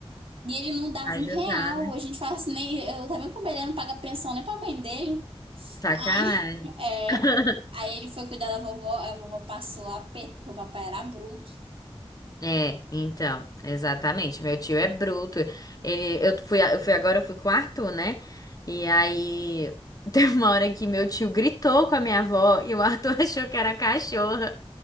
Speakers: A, on the right; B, on the left.
A: e ele não dava
B: Vai
A: um
B: jogar,
A: real.
B: né?
A: A gente fala assim, nem, eu tava vendo como ele não paga pensão nem pra mãe dele.
B: Sacanagem.
A: Ai, <laughs> é.
B: <laughs>
A: Aí ele foi cuidar da vovó, a vovó passou a pé, porque o papai era bruto.
B: É, então, exatamente. Meu tio é bruto. Ele, eu fui, eu fui agora, eu fui com o Arthur, né? E aí <laughs> teve uma hora que meu tio gritou com a minha avó e o Arthur <laughs> achou que era cachorra.